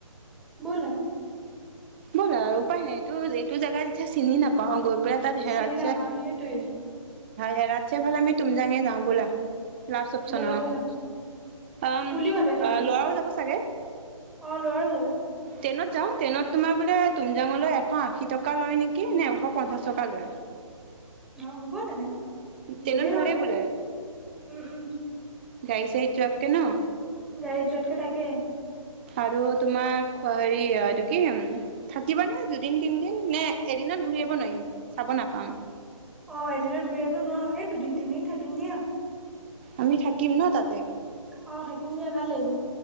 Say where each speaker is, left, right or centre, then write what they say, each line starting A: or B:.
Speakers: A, in the centre; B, on the right.
A: ব'লা।
B: ব'লা আৰু উপায় নাই এইটো, এইটো জেগা যেতিয়া চিনি নাপাওঁ গৈ পেলাই তাত হেৰাত
A: চিনি নাপাওঁ
B: ছেই।
A: সেইটোৱে
B: হেৰাতছে ভাল আমি টুমজাঙে যাওঁ বোলা। লাষ্ট অপচন
A: ব'লা
B: অ
A: ব'লা
B: উম
A: উলিওৱা তেনেহলে
B: ল'ৰাও যাব চাগে।
A: অ ল'ৰাও যাব।
B: ট্ৰেইনত যাওঁ ট্ৰইনত। তোমাৰ বোলে টুমজাংলৈ এশ আশী টকা লয় নেকি নে এশ পঞ্চাছ টকা লয়।
A: অ হ'ব তেনে।
B: ট্ৰেইনত
A: গ'লেই
B: ভালই
A: হ'ল
B: বোলে গাড়ী
A: উম উম
B: চাৰিত যোৱাতকে নহ।
A: গাড়ীত যোৱাতকে তাকে।
B: আৰু তোমাৰ হেৰি এইটো কি। থাকিবা নে দুদিন তিনদিন নে, এদিনত ঘূৰি আহিব নোৱাৰিম চাব নাপাম।
A: অ', এদিনত ঘূৰি আহিব নোৱাৰো সেই দুদিন তিনিদিন থাকিম দিয়া।
B: আমি থাকিম নহ তাতে।
A: অ', থাকিম দিয়া ভাল লাগিব।